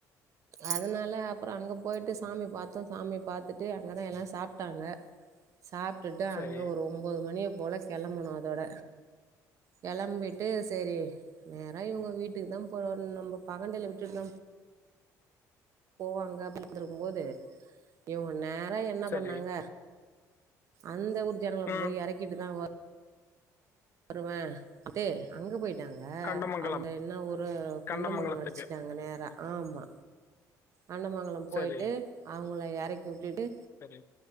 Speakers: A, on the right; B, on the left.
A: அதனால அப்பறோ அங்க போயிட்டு சாமி பாத்தோ சாமி பாத்துட்டு அங்கதா எல்லா சாப்பிட்டாங்க சாப்ட்டுட்டு
B: சரி,
A: அங்க ஒரு ஒன்பது மணிய போல கிளம்புனோ அதோட களம்பிட்டு சரி நேற இவங்க வீட்டுக்கு தா போறோ நம்ம பகண்டையில விட்டுட்டீதா போவாங்க அப்டிட்டு இருக்கும் போோது இவங்க நே தா என்ன
B: சரி.
A: பண்ணாங்க அந்த ஒரு ல
B: ம்.
A: போய் எறக்கிட்டு தா வரு வருவே அப்டே அங்க போயட்டு ங்க
B: கண்டமங்கலம்.
A: அந்த என்ன ஒரு
B: கண்டமங்கலத்துக்கு.
A: கண்டமங்கள அடிச்சிட்டாங்க நேரா ஆமா அண்ணமங்கலம்
B: சரி,
A: போயிட்டு அவங்கள எல்லாரயு கூட்டிட்டு
B: சரி